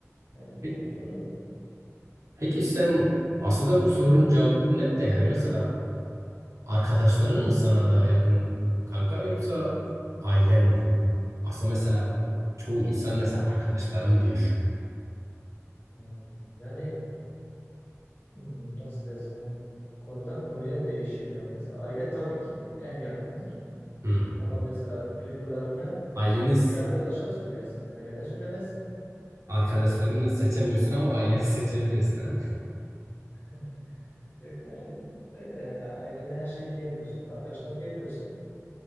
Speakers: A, on the left; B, on the right.
A: Yani illaki
B: Peki,
A: oluyor.
B: peki sen aslında bu sorunun cevabı net de yani mesela arkadaşların mı sana daha yakın kanka yoksa ailen mi? Aslında mesela çoğu insan mesela arkadaşlarım diyor.
A: Hmm. Yani hmm, nasıl desem konudan konuya değişiyor ya. Mesela aile tabii ki en yakındır.
B: Hı.
A: Ama mesela duygularını
B: Aileniz
A: bir arkadaşa söylersin. Ailene söylemezsin.
B: arkadaşlarını seçemiyorsun ama aileni <laughs> seçebiliyorsun ha.
A: <laughs> Yok yani öyle yani ailene her şey diyemiyorsun. Arkadaşına diyebiliyorsun.